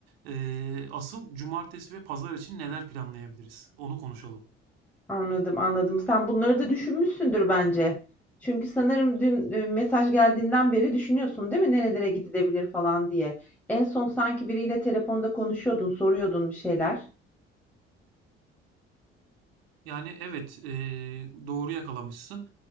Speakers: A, on the right; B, in the centre.
A: Eee, asıl cumartesi ve pazar için neler planlayabiliriz? Onu konuşalım.
B: <laughs> Anladım, anladım. Sen bunları da düşünmüşsündür bence. Çünkü sanırım dün e, mesaj geldiğinden beri düşünüyorsun, değil mi? Nerelere gidilebilir falan diye. En son sanki biriyle telefonda konuşuyordun, soruyordun bir şeyler.
A: Yani evet, eee, doğru yakalamışsın.